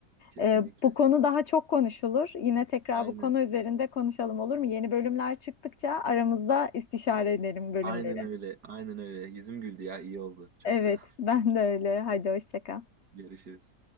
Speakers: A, on the right; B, on the left.
A: Kesinlikle.
B: E, bu konu daha çok konuşulur yine tekrar
A: Aynen.
B: bu konu üzerinde konuşalım olur mu? Yeni bölümler çıktıkça aramızda istişare edelim bölümleri.
A: Aynen öyle. Aynen öyle. Yüzüm güldü ya. İyi oldu. Çok
B: Evet
A: sağ
B: <laughs> ben de öyle hadi hoşça kal.
A: Görüşürüz.